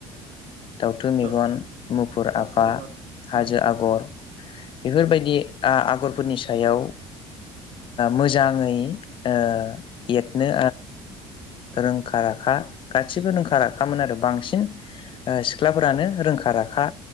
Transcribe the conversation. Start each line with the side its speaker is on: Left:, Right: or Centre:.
Left: दाउथु मेगन
Right: दाउ
Left: मुफुर
Right: दाउथु
Left: आफा
Right: आगर
Left: हाजो
Right: औ
Left: आगर बेफोरबायदि आगरफोरनि सायाव मोजाङै एरनो रोंखा राखा गासिबो रोंखा राखामोन आरो बांसिन सिख्लाफोरानो रोंखा राखा